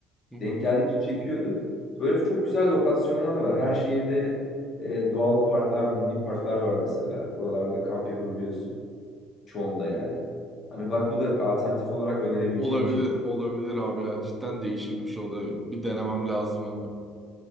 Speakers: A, in the centre; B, on the left.
A: Hı hı.
B: Denk geldikçe çekiyorduk. Böyle çok güzel lokasyonlar var. Her şehirde e, doğal parklar, milli parklar var mesela. Oralarda kamp yapabiliyorsun. Çoğunda yani. Hani bak bu da alternatif olarak önerebileceğim
A: Olabilir,
B: bir şey çok.
A: olabilir abi ya. Cidden değişikmiş o da. Bir denemem lazım onu.